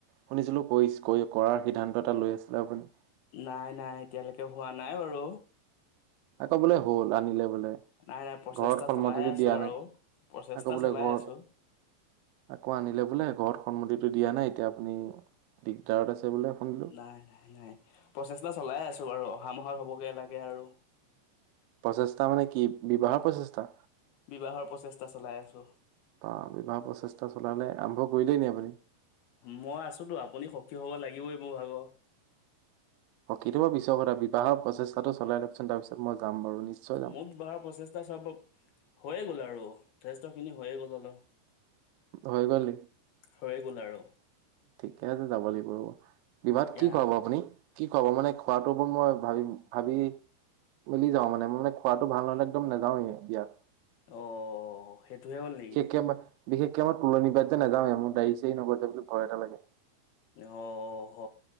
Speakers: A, on the right; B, on the left.
A: শুনিছিলো কৈছ কৈ কৰাৰ সিদ্ধান্ত এটা লৈ আছিলে আপুনি?
B: নাই নাই এতিয়ালৈকে হোৱা নাই বাৰু।
A: আকৌ বোলে হ'ল আনিলে বোলে।
B: নাই, নাই, প্ৰচেষ্টা
A: ঘৰত সন্মতিতটো
B: চলাই আছোঁ
A: দিয়া
B: বাৰু।
A: নাই
B: প্ৰচেষ্টা
A: আকৌ বোলে
B: চলাই
A: ঘৰত
B: আছোঁ,
A: আকৌ আনিলে বোলে ঘৰত সন্মতিটো দিয়া নাই এতিয়া আপুনি দিগদাৰত আছে বোলে এখোন-
B: নাই নাই নাই প্ৰচেছটা চলাই আছো বাৰু অহা মাহত হ'বগে লাগে আৰু।
A: প্ৰচেষ্টা মানে কি বিবাহৰ প্ৰচেষ্টা?
B: বিবাহৰ প্ৰচেষ্টা চলাই আছোঁ।
A: অঁ বিবাহ প্ৰচেষ্টা চলালে আৰম্ভ কৰিলেই নি আপুনি।
B: মই আছোতো আপুনি সখী হ'ব লাগিবই মোৰ ভাগ।
A: অ কিটো মই বিছ কথা বিবাহৰ প্ৰচেষ্টাটো চলাই লওকচোন তাপিছত মই যাম বাৰু নিশ্চয় যাম।
B: মোক ধৰা প্ৰচেষ্টা চব হৈয়ে গ'ল আৰু যথেষ্ট খিনি হৈয়ে গ'ল অলপ।
A: হৈ গ'ল
B: হৈয়ে গ'ল আৰু।
A: ঠিকে আছে যাব লাগিব ৰব বিবাহত
B: এতিয়া
A: কি খোৱাব আপুনি? কি খুৱাব মানে খোৱাতোটো মই ভাবি ভাবি- গলি যাওঁ মানে মানে মানে খোৱাটো ভাল নহ'লে একদম নাযাঁওৱে বিয়াত।
B: অঁ অ অ সেইটোহে হল নিকি।
A: কে মা- বিশেষকে মই তুলনী বিয়াত যে নাযাওঁৱে মোৰ ডাড়ি চাৰি নগজে বুলি ভয় এটা লাগে।
B: অঁ হ